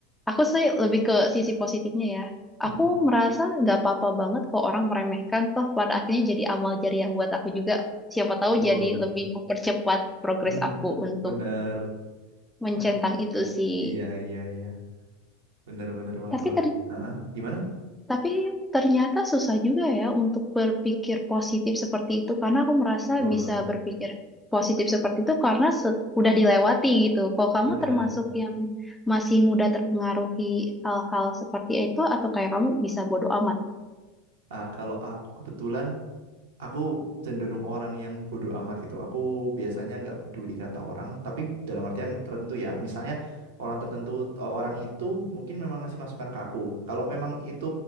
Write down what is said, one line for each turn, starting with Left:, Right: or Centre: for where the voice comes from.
Centre: aku sih lebih ke sisi positifnya ya.
Right: Mm-mm.
Centre: Aku merasa nggak apa-apa banget kok orang meremehkan, toh pada akhirnya jadi amal jariah buat aku juga. Siapa tahu
Right: Betul.
Centre: jadi lebih mempercepat progres
Right: Ben-
Centre: aku untuk
Right: Bener.
Centre: mencentang
Right: Betul.
Centre: itu sih.
Right: Iya iya iya. Bener bener banget.
Centre: Tapi
Right: Wah.
Centre: ter
Right: Ah, Gimana?
Centre: Tapi ternyata susah juga ya untuk berpikir positif seperti itu karena aku merasa
Right: Betul.
Centre: bisa berpikir positif seperti itu karena se- udah dilewati gitu. Kalau kamu
Right: Benar.
Centre: termasuk yang masih mudah terpengaruhi hal-hal seperti itu atau kayak kamu bisa bodo amat?
Right: Ah, kalau aku kebetulan aku cenderung orang yang bodoh amat gitu. Aku biasanya nggak peduli kata orang, tapi dalam artian tertentu ya. Misalnya orang tertentu, eh, orang itu mungkin memang ngasih masukan ke aku. Kalau memang itu